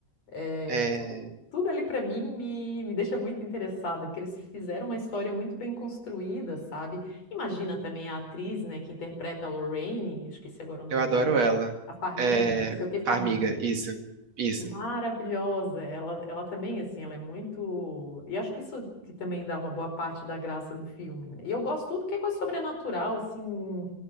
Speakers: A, on the left; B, on the right.
A: É,
B: É.
A: tudo, tudo ali pra mim me, me deixa muito interessada, porque eles fizeram uma história muito bem construída, sabe? Imagina também a atriz, né, que interpreta a Lorraine, eu esqueci agora o nome
B: Eu adoro
A: dela,
B: ela.
A: a Farmiga,
B: É.
A: não sei o que Farmiga.
B: Farmiga, isso. Isso.
A: Maravilhosa. Ela, ela também, assim, ela é muito. E acho que isso que também dá uma boa parte da graça do filme, né? E eu gosto tudo que é coisa sobrenatural, assim,